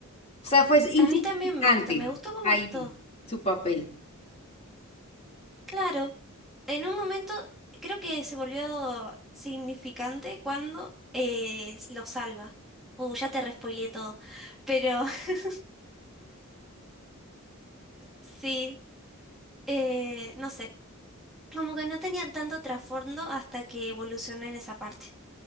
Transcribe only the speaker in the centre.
a mí también me gusta, me gustó cómo
actuó.
Claro. En un momento creo que se volvió significante cuando eh, lo salva. Uh, ya te respoileé todo. Pero <laughs> sí, eh, no sé. Como que no tenían tanto trasfondo hasta que evolucioné en esa parte.